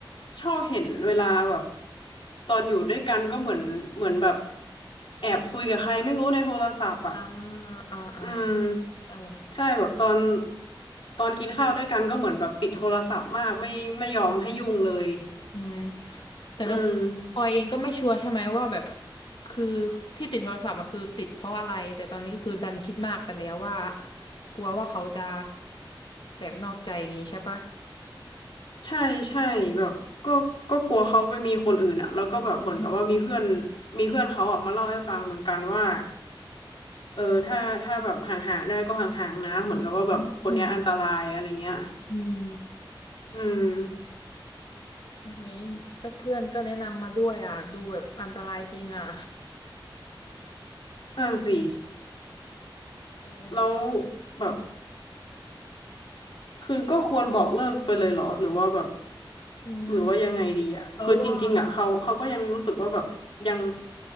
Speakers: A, on the left; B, on the left.
A: ชอบเห็นเวลาแบบตอนอยู่ด้วยกันก็เหมือนเหมือนแบบแอบคุยกับใครไม่รู้ในโทรศัพท์อ่ะ
B: อ่าอ่าอ่า
A: อืม
B: เออ
A: ใช่แบบตอนตอนกินข้าวด้วยกันก็เหมือนแบบติดโทรศัพท์มากไม่ไม่ยอมให้ยุ่งเลย
B: อืมแต่ก็คือพลอยเองก็ไม่ชัวร์ใช่ไหมว่าแบบ
A: อืม
B: คือที่ติดโทรศัพท์อะคือติดเพราะอะไรแต่ตอนนี้ก็คือดันคิดมากไปแล้วว่ากลัวว่าเขาจะแบบนอกใจอย่างนี้ใช่ปะ
A: ใช่ใช่แบบก็ก็กลัวเขาไปมีคนอื่นอ่ะแล้วก็แบบเหมือนกับว่ามีเพื่อน
B: อืม
A: มีเพื่อนเขาอ่ะมาเล่าให้ฟังเหมือนกันว่าเออถ้าถ้าแบบห่างๆได้ก็ห่างๆนะเหมือนกับว่าแบบคนเนี้ยอันตรายอะไรเงี้ย
B: อืมอืม
A: อืม
B: เี้ก็เพื่อนก็แนะนำมาด้วยอ่ะดูแบบอันตรายจริงอ่ะ
A: นั่นสิ
B: เออ
A: แล้วแบบคือก็ควรบอกเลิกไปเลยเหรอหรือว่าแบบ
B: อืม
A: หรือว่ายังไงดีอ่ะคือจริงๆอ่ะเขาเขาก็ยังรู้สึกว่าแบบยัง
B: แล้วว่า